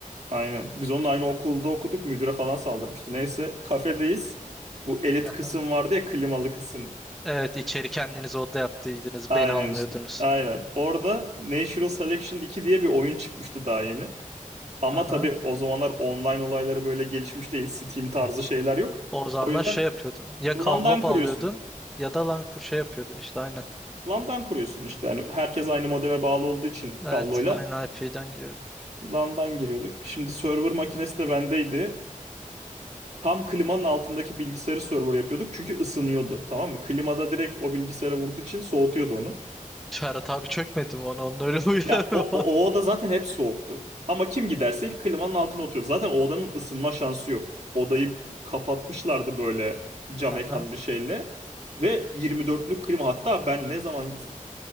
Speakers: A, on the right; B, in the centre.
A: aynen. Biz onunla aynı okulda okuduk müdüre falan saldırmıştı. Neyse kafedeyiz. Bu elit
B: Aha.
A: kısım vardı ya klimalı kısım.
B: Evet içeri kendiniz oda yaptıydınız.
A: Aynen
B: Beni almıyordunuz.
A: işte. Aynen. Orada Natural Selection 2 diye bir oyun çıkmıştı daha yeni. Ama
B: Aha.
A: tabii o zamanlar online olayları böyle gelişmiş değil. Steam tarzı şeyler yok.
B: O zamanlar
A: O yüzden
B: şey yapıyordun. Ya
A: LAN'dan
B: kablo
A: kuruyorsun.
B: bağlıyordun ya da lan şey yapıyordun işte aynen.
A: LAN'dan kuruyorsun işte. Yani herkes aynı modeme bağlı olduğu için kabloyla
B: Evet aynı IP'den giriyordun.
A: LAN'dan giriyorduk. Şimdi server makinesi de bendeydi. Tam klimanın altındaki bilgisayarı server yapıyorduk. Çünkü ısınıyordu. Tamam mı? Klimada direkt o bilgisayara vurduğu için soğutuyordu onu.
B: Ferhat abi çökmedim ona. Onun öyle <laughs> huyları
A: Ya o,
B: var.
A: o, o oda zaten hep soğuktu. Ama kim giderse ilk klimanın altına oturuyor. Zaten o odanın ısınma şansı yok. Odayı kapatmışlardı böyle cam
B: Aha.
A: ekan bir şeyle. Ve 24'lük klima hatta ben ne zaman gitsem